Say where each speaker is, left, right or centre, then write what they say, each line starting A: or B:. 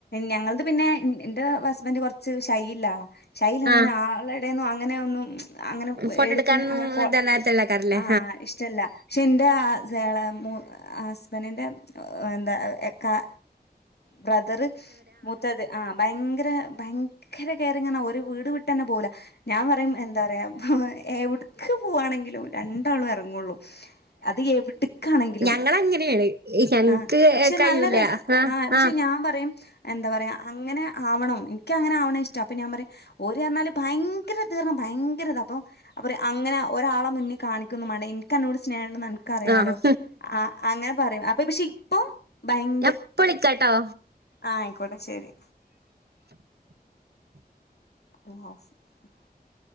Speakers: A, on the left; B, on the right.
A: ഞങ്ങള്ത് പിന്നെ ഇന്റെ ഹസ്ബെന്റ കൊർച്ച് ഷൈയ്യ്ല്ലആളാ ഷൈലാണ്
B: ആഹ്
A: ഇങ്ങനെ ആളെ ടെന്നും അങ്ങനെ ഒന്നും അങ്ങനെ
B: ഫോട്ടോ
A: എട്ത്
B: എടുക്കാനൊന്നും
A: അങ്ങനെ ഫോ
B: ഇതല്ലാത്തള്ളക്കാരല്ലേ
A: ആഹ് ഇഷ് ചെല്ല പക്ഷെ ഇന്റെ ആ എളേ മൂ ഹസ്ബെന്റിന്റെ ഓ എന്താ എ കാ ബ്രദെർ മൂത്തത് ആഹ് ഭയങ്കെരെ ഭയങ്കെരെ കെയറിംങ് പർഞഓര് വീട് വീട്ടെന്നെ പോവൂല. ഞാൻ പറയും എന്താ പറയാ എവ്ട്ക്ക് പോവാണെങ്കിലും രണ്ടാളും എറങ്ങൊള്ളു. അത് എവ്ക്കാണെങ്കിലും
B: ഞങ്ങളങ്ങനെയാണ് ഞങ്ങക്ക്
A: ആഹ് ക്ഷെ
B: കഴിയൂല
A: ന്നല്ലെ രെസ
B: ആഹ്
A: ആ പക്ഷെ
B: ആഹ്
A: ഞാൻ പറയും എന്താ പറയാ അങ്ങനെ ആവണം ഇൻക്ക് അങ്ങനെആവ്ണെഷ് ട്ട അപ്പോഞാൻ പറയും ഒരു പർഞ്ഞാല് ഭയങ്കെരെ ഇത് ഭയങ്കെരെ ഇതാ അപ്പൊ അപ്പറി അങ്ങനെ ഒരാളെ മുന്ന് കാണിക്കൊന്നുംമാണ്ട ഇൻക്ക് അന്നോട് സ്നേഹണ്ട്ന്ന് അൻ ക്കറിയാലോ
B: ആഹ്
A: അ അങ്ങനെ പറയും അപ്പൊ പക്ഷെ ഇപ്പൊ ഭയം
B: ഞപ്പൊ വിളിക്കാട്ടോ
A: ആഹ് ആയിക്കോട്ടെ ശരി <inaudible>